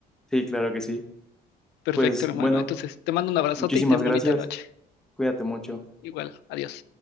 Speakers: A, in the centre; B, on the left.
A: Sí, claro que sí.
B: Perfecto,
A: Pues
B: hermano.
A: bueno,
B: Entonces, te mando un abrazote
A: muchísimas
B: y ten
A: gracias.
B: bonita noche.
A: Cuídate mucho.
B: Igual, adiós.